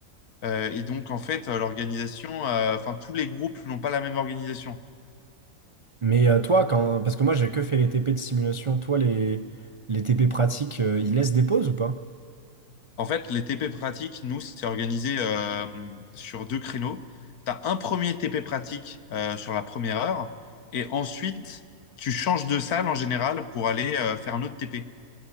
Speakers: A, on the left; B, on the right.
A: Euh, et donc, en fait, euh, l'organisation, euh, enfin, tous les groupes n'ont pas la même organisation.
B: Mais euh, toi, quand, parce que moi j'ai que fait les TP de simulation, toi les, les TP pratiques, euh, ils laissent des pauses ou pas?
A: En fait, les TP pratiques, nous, c'est organisé euh, sur deux créneaux. Tu as un premier TP pratique euh, sur la première heure, et ensuite, tu changes de salle en général pour aller euh, faire un autre TP.